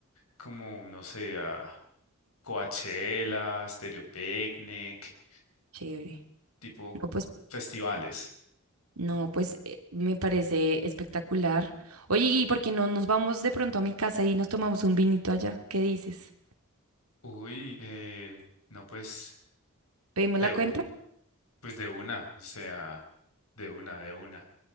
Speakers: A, on the left (about 80°); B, on the right (about 85°).
A: como, no sé, a Coachella, Stereo Picnic,
B: chévere.
A: tipo
B: No, pues
A: festivales.
B: No, pues eh, me parece espectacular. Oye, ¿y por qué no nos vamos de pronto a mi casa y nos tomamos un vinito allá? ¿Qué dices?
A: Uy, eh, no, pues
B: ¿Pedimos
A: de,
B: la
A: u-
B: cuenta?
A: pues de una, o sea, de una, de una.